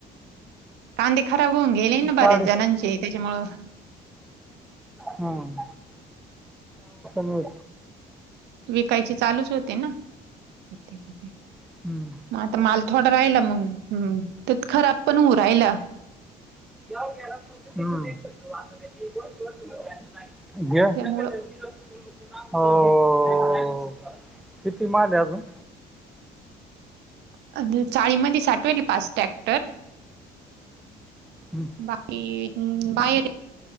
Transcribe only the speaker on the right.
कांदे खा <unintelligible> होऊन गेले ना
बऱ्याच
जणांचे त्याच्यामूळ
विकायची चालूच होते ना प्रत्येकाचे
मला तर माल थोडा राहिला मग हम्म तेत खराब पण होऊ राहिला
त्यामुळं
अ चाळी मध्ये साठ <unintelligible> पाच टॅक्टर
बाकी हम्म बाहेर